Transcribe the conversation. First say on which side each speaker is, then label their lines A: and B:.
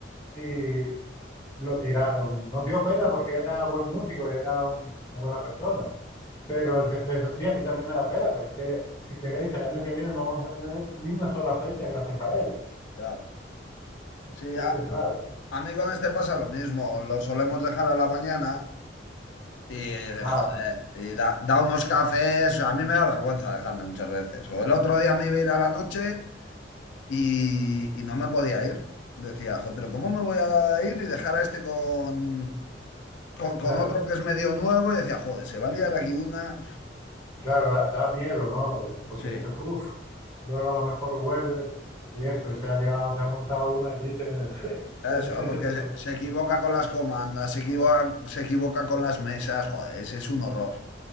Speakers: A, on the left; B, on the left.
A: Y lo tiraron. Nos dio pena porque era buen músico y era un- una buena persona. Pero el jefe dijo, sí, a mí también me da pena, pero es que si queréis, el año que viene no vamos a tener ni una sola fecha gracias a él.
B: Claro. Sí,
A: Entonces,
B: a,
A: claro,
B: a mí con este pasa lo mismo. Lo solemos dejar a la mañana y,
A: ah,
B: joder, y da, da unos cafés. A mí me da vergüenza dejarle muchas veces. O el otro día me iba a ir a la noche. y, y no me podía ir. Decía, joder, pero ¿cómo me voy a ir y dejar a este con, con,
A: <laughs>
B: con
A: claro.
B: otro que es medio nuevo? Y decía, joder, se va a liar aquí una.
A: Claro, da, da miedo, ¿no? Porque
B: Sí,
A: dices, uff, luego a lo mejor vuelves y eso, y se ha liado, se ha montado una allí que <laughs>
B: eso,
A: es difícil
B: porque
A: resolver.
B: se, se equivoca con las comandas, se equivoca, se equivoca con las mesas, joder, es, es un horror.